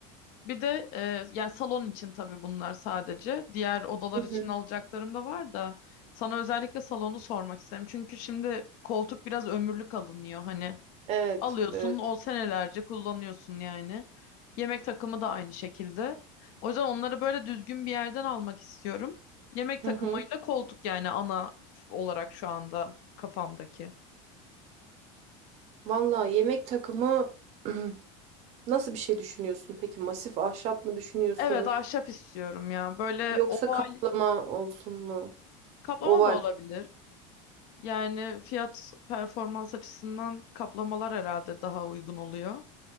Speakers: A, on the left (about 55°); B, on the right (about 40°).
A: Bir de e, yani salon için tabii bunlar sadece. Diğer odalar
B: Hı hı.
A: için alacaklarım da var da sana özellikle salonu sormak istedim. Çünkü şimdi koltuk biraz ömürlük alınıyor hani.
B: Evet,
A: Alıyorsun
B: evet.
A: o senelerce kullanıyorsun yani. Yemek takımı da aynı şekilde. O yüzden onları böyle düzgün bir yerden almak istiyorum. Yemek
B: Hı
A: takımıyla
B: hı.
A: koltuk yani ana olarak şu anda kafamdaki.
B: Valla yemek takımı <clears throat> nasıl bir şey düşünüyorsun? Peki masif ahşap mı düşünüyorsun?
A: Evet ahşap istiyorum ya. Böyle
B: Yoksa
A: oval
B: kaplama olsun mu?
A: kaplama
B: Oval.
A: da olabilir. Yani fiyat performans açısından kaplamalar herhalde daha uygun oluyor.